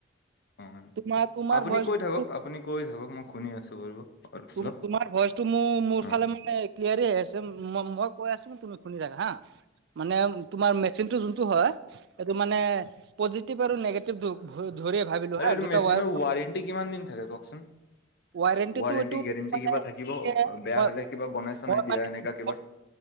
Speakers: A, on the left (about 55°); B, on the right (about 60°).
A: অ'
B: তোমাৰ তোমাৰ
A: আপুনি
B: ভইচটো
A: কৈ থাকক- আপুনি কৈ থাকক মই শুনি আছো বাৰু। অলপ
B: তুম
A: চলপ
B: তোমাৰ ভইচটো মোৰ-মোৰ
A: অ'।
B: ফালে মানে ক্লিয়াৰি আহি আছে মই কৈ আছো তুমি শুনি থাকা হা মানে তোমাৰ মেচিনটো যোনটো হয়, সেইটো মানে পজিটিভ আৰু নিগেটিভ <unintelligible> ধৰিয়ে ভাবিলোঁ
A: আৰু
B: হা,
A: এইটো
B: দুটা
A: মেচিনৰ
B: ৱাই
A: ৱাৰেণ্টি কিমান দিন থাকে
B: <inaudible>
A: কওকচোন?
B: ৱাৰেণ্টিত
A: ৱাৰেণ্টি
B: টো
A: গেৰেণ্টি
B: মানে
A: কিবা থাকিব
B: ঠিকেই,
A: বেয়া
B: মই-
A: হ'লে কিবা বনাই চনাই
B: মই
A: দিয়া
B: মানে
A: এনেকা
B: <unintelligible>
A: কিবা।